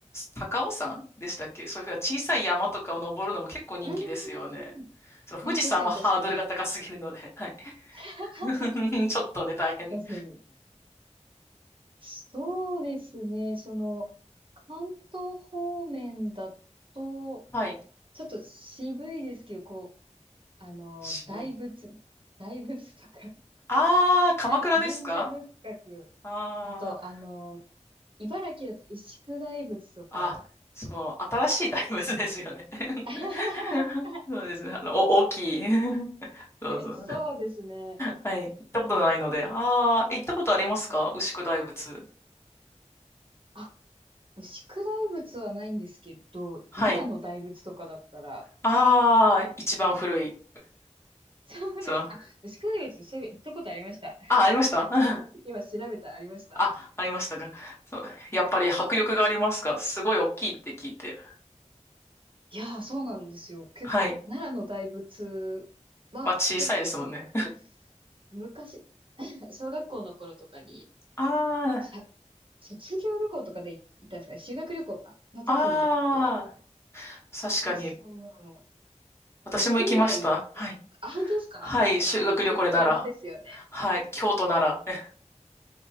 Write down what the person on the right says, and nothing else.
うーん。
うん、確かに確かに。
<laughs>
確かに。そうですね。その、関東方面だと、
ちょっと渋いですけど、こう、あの、
大仏、大仏とか
<laughs> 神社仏閣、
あと、あの、茨城だと牛久大仏とか、
<laughs>
そうですね。
あ、牛久大仏はないんですけど、
奈良の大仏とかだったら、
<laughs> そうですね。
あ、牛久大仏、そういえば行ったことありました。
<laughs>
すいません。
今調べたらありました。
いやー、そうなんですよ。結構、
奈良の大仏は、
結構その、昔、<laughs> 小学校の頃とかに、
しゃ卒業旅行とかで行ったんですかね、修学旅行か、の時に行って、
で、その、
屋内だった。
あ、本当ですかやっぱり結構定番ですよね。